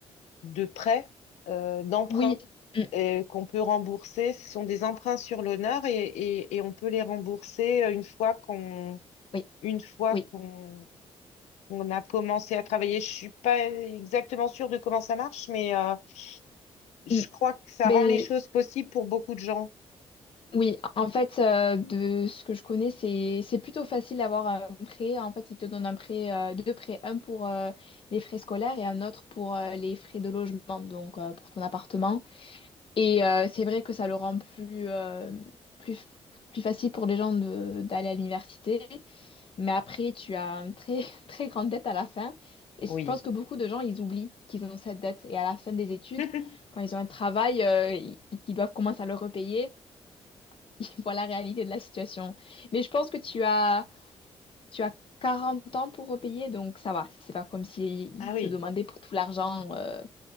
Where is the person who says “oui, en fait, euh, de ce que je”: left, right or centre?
Left